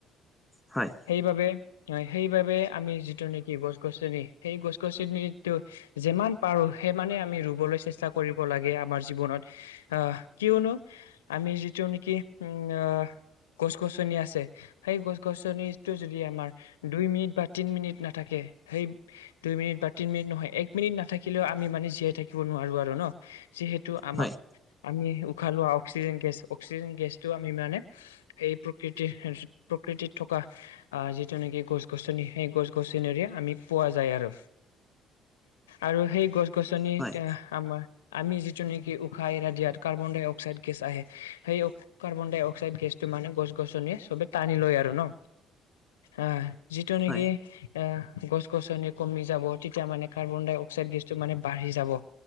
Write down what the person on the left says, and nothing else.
সেইবাবে সেইবাবে আমি যিটো নেকি গছ-গছনি সেই গছ-গছনিটো যিমান পাৰো। সিমানে আমি ৰুবলৈ চেষ্টা কৰিব লাগে আমাৰ জীৱনত। আহ কিয়নো আমি যিটো নেকি উম আহ গছ-গছনি আছে সেই গছ-গছনি যদি আমাৰ দুই মিনিট বা তিনি মিনিট নাথাকে, সেই দুই মিনিট বা তিনি মিনিট নহয় এক মিনিট নাথাকিলেও আমি মানে জীয়াই থাকিব নোৱাৰো আৰু ন'। যিহেতু আমাক
আমি উশাহ লোৱা অক্সিজেন গেছ অক্সিজেন গেছটো আমি মানে এই প্ৰকৃতিৰ, প্ৰকৃতিত থকা আহ যিটো নেকি গছ-গছনি সেই গছ-গছনিৰে আমি পোৱা যায় আৰু। আৰু সেই গছ-গছনিতে
আমাৰ আমি যিটো নেকি উশাহ এৰা দিয়াত কাৰ্বন -ডাই-অক্সাইড গেছ আহে। সেই কাৰ্বন-ডাই-অক্সাড গেছটো মানে গছ-গছনিয়ে চবে টানি লয় আৰু ন', আহ যিটো নেকি
এ' গছ-গছনি কমি যাব, তেতিয়া মানে কাৰ্বন- ডাই-অক্সাইড গেছটো মানে বাঢ়ি যাব।